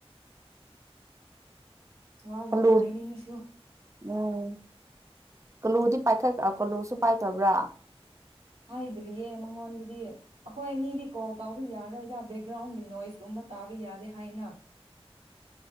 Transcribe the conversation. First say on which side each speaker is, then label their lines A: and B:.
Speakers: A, on the right; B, on the right.
A: ꯋꯥꯒꯝꯕ
B: ꯑꯂꯨ
A: ꯍꯥꯏꯅꯤꯡꯉꯁꯨ
B: ꯎꯝ ꯀꯜꯂꯨꯗꯤ ꯄꯥꯏꯈꯈ꯭ꯔꯥ ꯀꯣꯜꯂꯨꯁꯨ ꯄꯥꯏꯈꯕ꯭ꯔꯥ
A: ꯍꯥꯏꯗ꯭ꯔꯤꯌꯦ ꯃꯉꯣꯟꯗꯗꯤ ꯑꯩꯈꯣꯏ ꯑꯅꯤꯗꯤ ꯀꯣꯜ ꯇꯥꯎꯕ ꯌꯥꯔꯣꯏꯗ ꯕꯦꯛꯒ꯭ꯔꯥꯎꯟꯒꯤ ꯅꯣꯏꯁꯀꯨꯝꯕ ꯇꯥꯕ ꯌꯥꯗꯦ ꯍꯥꯏꯅ